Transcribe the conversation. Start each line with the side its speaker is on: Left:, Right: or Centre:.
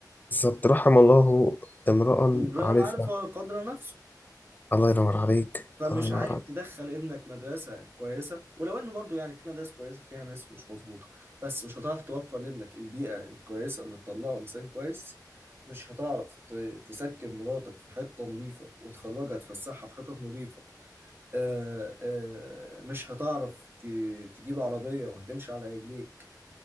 Left: بالظبط رحم الله امرأ
Right: امرئ
Left: عارفها
Right: عارف قدر نفسه
Left: الله ينور عليك
Right: فمش
Left: الله ينور
Right: عارف
Left: عليك
Right: تدخل ابنك مدرسة كويسة ولو ان برضو يعني في مدارس كويسة فيها ناس مش مظبوطة بس مش هتعرف توفر لابنك البيئة الكويسة اللي تطلعه انسان كويس مش هتعرف ت- تسكن مراتك في حتة نظيفة وتخرجها تفسحها في حتة نظيفة آه، آه، مش هتعرف ت- تجيب عربية وهتمشي على رجليك